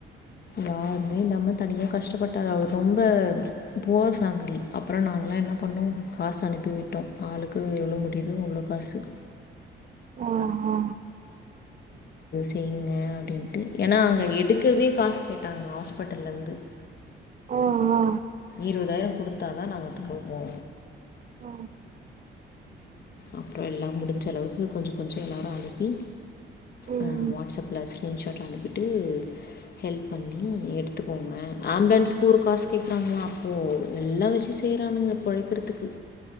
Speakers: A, on the left; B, on the right.
A: யாருமே இல்லாம தனியா கஷ்டப்பட்டாரு அவர் ரொம்ப புவர் ஃபேம்லி அப்றொ நாங் கலா என்ன பண்ணோ காசு அனுப்பி விட்டோ ஆளுக்கு எவ்ளோ முடியுதோ அவ்ளோ காசு
B: ஆ ஆ
A: செய்ங்க அப்டின்ட்டு ஏன்னா அங்க எடுக்கவே காஸ் கேட்டாங்க ஹாஸ்பட்டல்லேந்து
B: ஓ ஆ
A: இருவதாயிரொ குடுத்தாதா நாங்க தருவோ
B: ஆ
A: அப்றொ எல்லா முடிஞ்சளவுக்கு கொஞ்சக் கொஞ்சொ எல்லாரு அனுப்பி
B: ம்
A: ஆ வாட்ஸப்ல ஸ்க்ரீன்ஷாட் அனுப்பிட்டூ ஹெல்ப் பண்ணி எடுத்துக்கோங்க ஆம்புலன்ஸ்க்கு ஒரு காஸ் கேக்குறாங்களா அப்போ எல்லா வெச்சி செய்றானுங்க பொழக்கெற்த்துக்கு